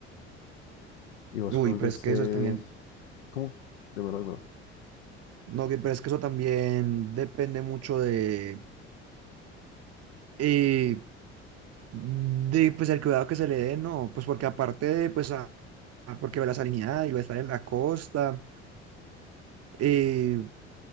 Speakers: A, on the left; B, on the right.
A: Y vos
B: Uy,
A: volviste,
B: pero es que eso es también,
A: ¿cómo? Dímelo, dímelo.
B: no, que- pero es que eso también depende mucho de, eh, de, pues, el cuidado que se le dé, ¿no? Pues porque aparte de, pues, a- a- porque la salinidad y lo de estar en la costa, eh,